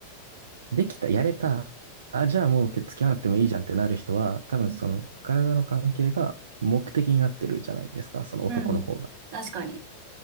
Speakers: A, on the right; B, on the right.
A: できた、やれた、あ、じゃあもう付き合わなくてもいいじゃんってなる人は、多分その体の関係が目的になってるじゃないですか、
B: うん、
A: その男の方が。
B: うん確かに。